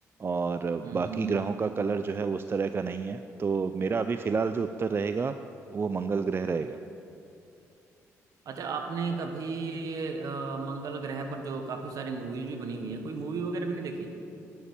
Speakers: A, on the right; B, on the right.
A: और
B: हम्म
A: बाकी
B: हम्म
A: ग्रहों
B: हम्म।
A: का कलर जो है उस तरह का नहीं है तो मेरा अभी फिलहाल जो उत्तर रहेगा वो मंगल ग्रह रहेगा
B: अच्छा आपने कभी अ, मंगल ग्रह पर जो काफी सारी मूवीज भी बनी हुई है कोई मूवी वगैरह भी नहीं देखी